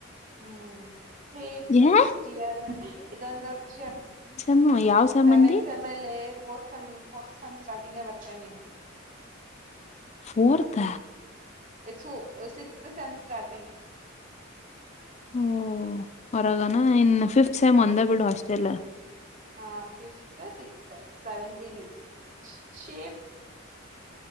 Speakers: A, on the right; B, on the left.
A: ಹ್ಮ್ ಸೇಫ
B: ಯಾ
A: ನೆಕ್ಸ್ಟ್ ಇಯರ್ ಇದೊಂದು ವರ್ಷ
B: ಮ್ಮ ಯಾವ ಸೆಮ್
A: ಸೆವೆಂತ್
B: ಅಂದಿ
A: ಸೇಮ್ ಎಲ್ಲೆ ಫೋರ್ತ್ ಸೇಮ್ ಫೋರ್ತ್ ಸೆಮ್ ಸ್ಟಾರ್ಟಿಂಗ್ಗೆ ಬರ್ತೇನಿ
B: ಫೋರ್ತ್
A: ಏ ತು ಸಿಕ್ಸ್ತ್ ಸೇಮ್ ಸ್ಟಾರ್ಟಿಂಗ್
B: ಓ ಹೊರಗನಾ ಇನ್ ಫಿಫ್ತ್ ಸೇಮ್ ಒಂದ ಬಿಡು ಹಾಸ್ಟೆಲ್
A: ಹ ಫಿಫತ್ ಸಿಕ್ಸ್ತ್ ಸೆವೆಂತಿಗಿ ಶಿಫ್ಟ್